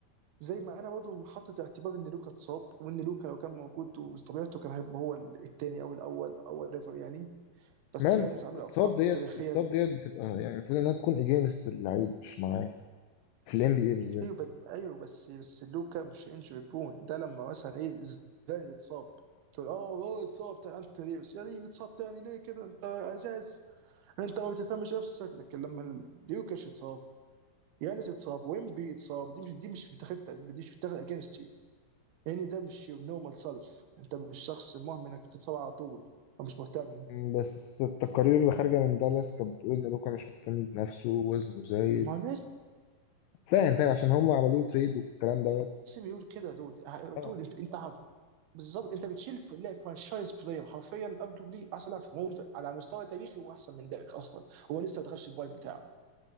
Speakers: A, on the right; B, on the left.
A: زي ما انا برضه حاطط اعتبار ان لوكا اتصاب وان لوكا لو كان موجود وطبيعته كان هيبقى هو الثاني او الاول او ايفر يعني بس
B: مان
A: يانس
B: اتصاب
A: عامل ارقام
B: ديت
A: تاريخيه
B: اتصاب ديت بتبقى يعني المفروض انها تكون اجينست اللعيب مش معاه في الام بي اي بالذات
A: ايوه ب- ايوه بس بس لوكا مش انجري بون ده لما مثلا ايه زين يتصاب تقول اه والله اتصاب تاني انت ديفيس يا دين اتصاب تاني ليه كده انت ازاز انت ما بتهتمش نفسك لكن لما ليوكاش اتصاب يانس اتصاب ويمبي اتصاب دي مش دي مش بتاخد دي مش بتاخد اجينست يعني ده مش your normal self انت مش شخص مهم انك بتتصاب على طول او مش مهتم
B: م، بس التقارير اللي خارجه من دالاس كانت بتقول ان لوكا مش مهتم بنفسه وزنه زايد
A: ما لازم
B: فاهم فاهم عشان هم عملوا له تريد والكلام دوت
A: يقول كده يا دود ع- دود
B: آه.
A: انت انت عارف بالظبط انت بتشيل في لا فرانشايز بلاير حرفيا ارجوبلي احسن لاعب في الهجوم على مستوى تاريخي واحسن من ديريك اصلا هو لسه ما دخلش البايب بتاعه